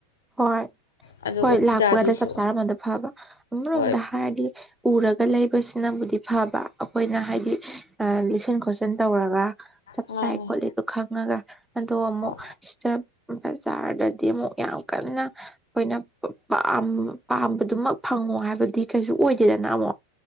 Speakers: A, in the centre; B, on the left (about 60°).
A: ꯍꯣꯏ
B: ꯑꯗꯨꯒ
A: ꯍꯣꯏ
B: ꯐꯤꯗꯥꯗꯨꯁꯨ
A: ꯂꯥꯛꯄꯒꯥꯟꯗ ꯆꯞ ꯆꯥꯔ ꯑꯃꯗ ꯐꯕ ꯑꯃꯔꯣꯝꯗ
B: ꯍꯣꯏ
A: ꯍꯥꯏꯔꯗꯤ ꯎꯔꯒ ꯂꯩꯕꯁꯤꯅꯕꯨꯗꯤ ꯐꯕ ꯑꯩꯈꯣꯏꯅ ꯍꯥꯏꯗꯤ ꯂꯤꯠꯁꯤꯟ ꯈꯣꯠꯆꯤꯟ ꯇꯧꯔꯒ ꯆꯞ
B: ꯃꯥꯅꯦ
A: ꯆꯥꯏ ꯈꯣꯠꯂꯤꯗꯣ ꯈꯪꯉꯒ ꯑꯗꯣ ꯑꯃꯨꯛ
B: ꯍꯣꯏ
A: ꯁꯤꯗ ꯑꯝꯇꯪ ꯆꯥꯔꯒꯗꯤ ꯑꯃꯨꯛ ꯌꯥꯝ ꯀꯟꯅ ꯈꯣꯏꯅ ꯄ ꯄꯥꯝ ꯄꯥꯝꯕꯗꯨꯃꯛ ꯐꯪꯉꯣ ꯍꯥꯏꯕꯗꯤ ꯀꯩꯁꯨ ꯑꯣꯏꯗꯦꯗꯅ ꯑꯃꯨꯛ